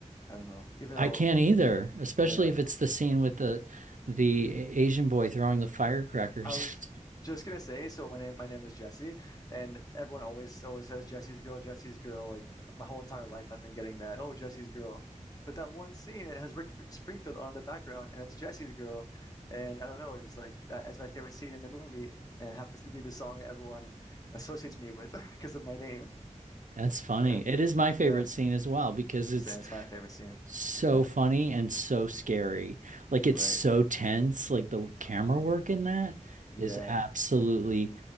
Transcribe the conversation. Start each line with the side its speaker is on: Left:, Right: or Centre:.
Left: I don't know. Even
Right: I
Left: though,
Right: can't either, especially
Left: yeah.
Right: if it's the scene with the the Asian boy throwing the firecrackers.
Left: I was just gonna say, so my name my name is Jesse, and everyone always always says Jesse's girl, Jesse's girl. Like my whole entire life, I've been getting that. Oh, Jesse's girl. But that one scene, it has Rick F- Springfield on the background, and it's Jesse's girl. And I don't know, it's like that is my favorite scene in the movie, and it happens to be the song that everyone associates me with <laughs> because of my name.
Right: <laughs> That's funny.
Left: And
Right: It
Left: uh,
Right: is my favorite
Left: yeah,
Right: scene as well because it's
Left: so it's my favorite scene.
Right: so
Left: Yeah,
Right: funny and so scary. Like it's
Left: right.
Right: so tense. Like the camera
Left: hmm
Right: work in that
Left: Yeah.
Right: is absolutely